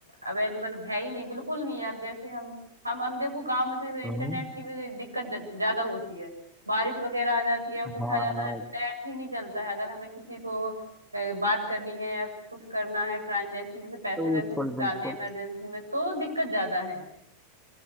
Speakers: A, on the right; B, in the centre.
A: अवेलेबल है ही नहीं बिल्कुल नहीं है अब जैसे हम हम अब देखो गांव में तो इंटरनेट
B: हम्म
A: की भी दिक्कत ज- ज्यादा होती है बारिश वगैरह आ जाती है कुछ
B: हाँ
A: आ जाता है तो नेट ही नहीं चलता है अगर हमें किसी को अ, बात करनी है या कुछ करना है ट्रांजेक्शन जैसे पैसे
B: बिल्कुल
A: वैसे भी निकालने
B: बिल्कुल
A: हैं इमरजेंसी में तो दिक्कत ज्यादा है